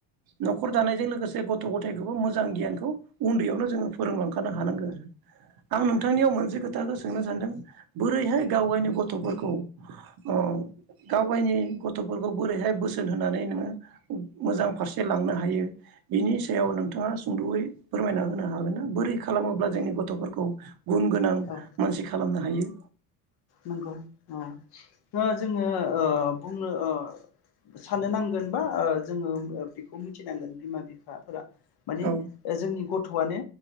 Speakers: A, on the right; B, on the left.
A: न'खर दानायजों लोगोसे गथ' गथाय खौबो मोजां गियानखौ उन्दैयावनो जोङो फोरोंलांखानो हानांगो। आं नोंथांनियाव मोनसे खोथाखौ सोंनो सानदों बोरैहाय गाव गायनि गथ'फोरखौ अ गाव गायनि गथ'फोरखौ बोरैहाय बोसोन होनानै नोङो मोजां फारसे लांनो हायो बिनि सायाव नों थाङा सुंद'यै फोरमायना होनो हागोन ना बोरै खालामोब्ला जोंनि गथ'फोरखौ गुन गोनां
B: औ
A: मानसि खालामनो हा हायो।
B: नंगौ। औ ओ जोङो ओ बुंनो ओ साननो नांगोन बा ओ जोङो बेखौ मिथिनांगोन बिमा बिफाफोरा माने
A: औ
B: ओ जोंनि गथ' गथ'वानो